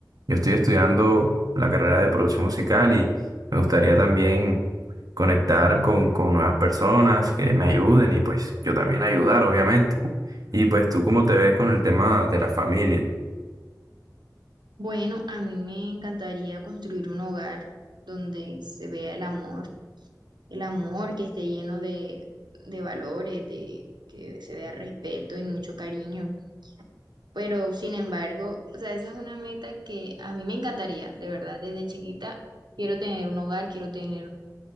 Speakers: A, on the right; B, on the right.
A: yo estoy estudiando la carrera de producción musical y me gustaría también conectar con, con nuevas personas que me ayuden y pues yo también ayudar, obviamente. Y pues tú cómo te ves con el tema de la familia.
B: Bueno, a mí me encantaría construir un hogar donde se vea el amor el amor, que esté lleno de, de valores, de que se vea respeto y mucho cariño. Pero sin embargo, o sea, esa es una meta que a mí me encantaría, de verdad, desde chiquita quiero tener un hogar, quiero tener,